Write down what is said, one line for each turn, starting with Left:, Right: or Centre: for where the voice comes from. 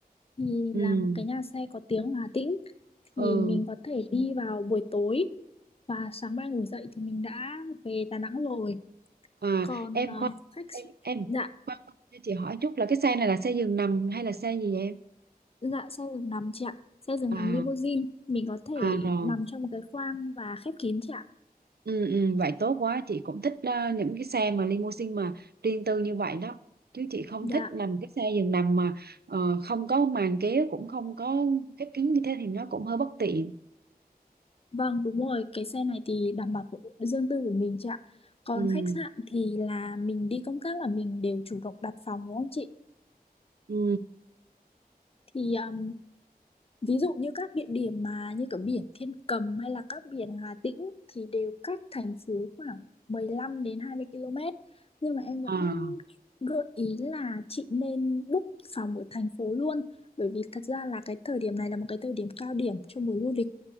Left: thì
Right: ừ
Left: là một cái nhà xe có tiếng ở Hà Tĩnh thì
Right: ừ
Left: mình có thể đi vào buổi tối và sáng mai ngủ dậy thì mình đã về Đà Nẵng rồi
Right: À,
Left: còn
Right: em
Left: ờ,
Right: khoan
Left: khách s-
Right: em em
Left: dạ
Right: khoan khoan, cho chị hỏi chút là cái xe này là xe giường nằm hay là xe gì vậy em?
Left: dạ xe giường nằm chị ạ xe giường
Right: À
Left: nằm limousine mình có thể
Right: à rồi.
Left: nằm trong một cái khoang và khép kín chị ạ
Right: Ừ, ừ vậy tốt quá, chị cũng thích ờ, những cái xe mà limousine mà riêng tư như vậy đó. Chứ chị không
Left: dạ
Right: thích nằm cái xe giường nằm mà ờ, không có màn kéo cũng không có khép kín như thế thì nó cũng hơi bất tiện.
Left: Vâng, đúng rồi, cái xe này thì đảm bảo của riêng tư của mình chị ạ. Còn
Right: Ừ
Left: khách sạn thì là mình đi công tác là mình đều chủ động đặt phòng đúng không chị?
Right: ừ
Left: Thì um, ví dụ như các địa điểm mà như kiểu biển Thiên Cầm hay là các biển Hà Tĩnh thì đều cách thành phố khoảng 15 đến 20 km. Nhưng mà em vẫn
Right: à
Left: gợi ý là chị nên book phòng ở thành phố luôn. Bởi vì thật ra là cái thời điểm này là một cái thời điểm cao điểm cho mùa du lịch